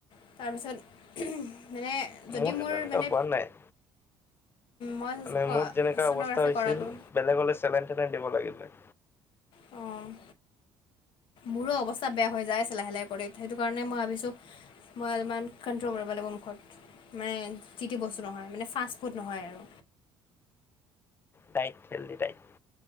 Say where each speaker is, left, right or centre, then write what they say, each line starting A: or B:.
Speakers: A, on the left; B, on the left.
A: তাৰপিছত উহো মানে
B: মোৰ
A: যদি
B: ত তেনেকোৱা
A: মানে
B: হোৱা নাই
A: মই
B: মানে মোৰ যেনেকা
A: ছ'ন'গ্ৰাফি
B: অৱস্থা হৈছিল,
A: কৰালোঁ
B: বেলেগ হলে চেলেন - তেলেন দিব লাগিল হয়।
A: অ'। মোৰো অৱস্থা বেয়া হৈ যায় আছে লাহে - লাহে কৰি সেইটো কাৰণে মই ভাবিছো মই অলপমান কাণ্ট্ৰল কৰিব লাগিব মুখত। মানে যি তি বস্তু নহয় মানে ফাষ্ট ফুড নহয় আৰু।
B: Diet healthy diet.